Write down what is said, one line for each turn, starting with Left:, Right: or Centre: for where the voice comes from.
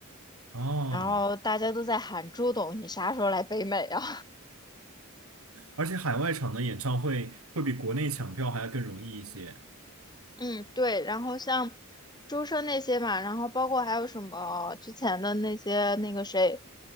Right: 哦，
Left: 然后大家都在喊朱董，你啥时候来北美啊？
Right: 而且海外场的演唱会会比国内抢票还要更容易一些。
Left: 嗯，对，然后像周深那些嘛，然后包括还有什么之前的那些那个谁，